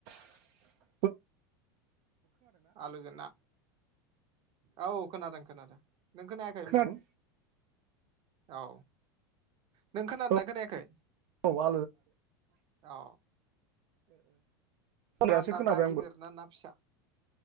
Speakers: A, on the right; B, on the right.
A: <unintelligible>
B: आलुजो ना औ खोनादों खोनादों नों खोनायाखै होमबा
A: खोनादों
B: औ नों खोनादोंना
A: औ
B: खोनायाखै
A: <inaudible> ओ ओ
B: औ मा
A: दासो
B: ना
A: खोनाबाय
B: ना गिदिर
A: आंबो
B: ना ना फिसा